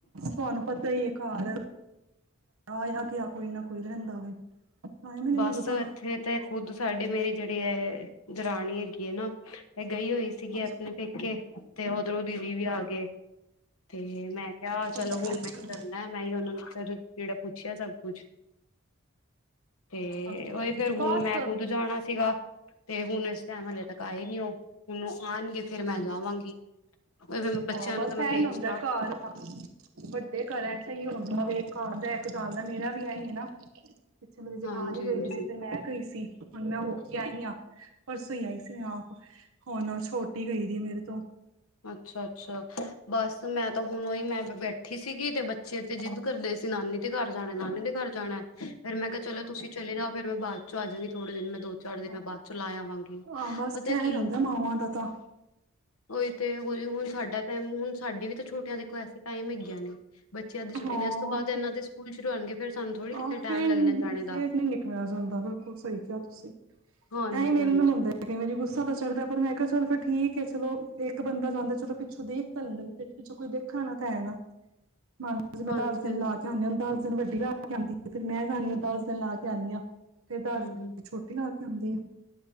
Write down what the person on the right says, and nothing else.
ਤੁਹਾਨੂੰ ਪਤਾ ਈ ਏ ਘਰ ਆਯਾ ਗਯਾ ਕੋਈ ਨਾ ਕੋਈ ਰਹਿੰਦਾ ਵੇ ਟਾਈਮ ਈ ਨੀ
ਲੱਗਦਾ
ਅੱਛਾ
ਅੱਛਾ
ਅੱਛਾ
ਅੱਛਾ
ਬਸ
ਹਾਂ
ਬਸ
ਐ ਈ ਹੂੰਦਾ ਘਰ ਵੱਡੇ ਘਰ ੲਚ ਅੲਯੋ ਹੋੰਦਾ ਵੇ ਇੱਕ ਆੰਦਾ ਇੱਕ ਜਾੰਦਾ ਮੇਰਾ ਵੀ ਐ ਈ ਏ ਨਾ ਪਿੱਛੇ ਮੇਰੀ
ਜੇਠਾਣੀ ਗਈ
ਦੀ ਸੀ ਫਿਰ ਮੈਂ ਗਈ ਸੀ ਹੁਨ ਮੈਂ ਹੋ ਕੇ ਆਈ ਆ ਪਰਸੋਂ ਹੀ ਆਈ ਸੀ ਮੈਂ ਆਪ ਹੁਣ ਛੋਟੀ ਗਈ ਦੀ ਮੇਰੇ ਤੋਂ
ਹ
ਹਾਂ ਬਸ
ਐ
ਹੀ ਹੁੰਦਾ ਮਾਵਾਂ ਦਾ ਤਾਂ
ਹਾਂ
ਆਹ
ਫੇਰ
ਫੇਰ
ਨੀ ਨਿਕਲਿਆ ਜਾਂਦਾ ਬਿਲਕੁਲ ਸਹੀ ਕਿਆ ਤੁਸੀਂ
ਐ ਈ ਮੇਰੇ ਨਾਲ ਹੁੰਦਾ ਮੈਂ ਕਈ ਵਾਰੀ ਗੁੱਸਾ ਤਾ ਚੜਦਾ ਪਰ ਮੈਂ ਕਿਆ ਚਲ ਫਿਰ ਠੀਕ ਏ ਚਲੋ ਇੱਕ ਬੰਦਾ ਜਾਂਦਾ ਚਲੋ ਪਿੱਛੋਂ ਦੇਖ ਤਾ ਲੈੰਦਾ ਪਿਛੋ ਕੋਈ ਦੇਖਨ ਆਲਾ ਤਾ ਹੈ ਨਾ ਮੰਨ ਮੈਂ
ਦਸ ਦਿਨ ਲਾ ਕੇ ਆਨੀ ਆ ਦਸ ਦਿਨ ਵੱਡੀ ਲਾ ਕੇ ਆੰਦੀ ਏ ਫਿਰ ਮੈਂ ਜਾਨੀ ਆ ਦਸ ਦਿਨ ਲਾ ਕੇ ਆਨੀ ਆ ਫੇਰ ਦਸ ਦਿਨ
ਛੋਟੀ ਲਾ ਕੇ ਆੰਦੀ ਏ,